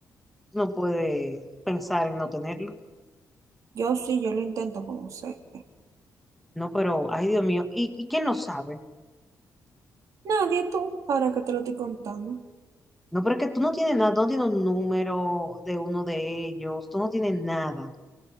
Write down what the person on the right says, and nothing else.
yo sí, yo lo intento como sé.
Nadie tú, ahora que te lo estoy contando.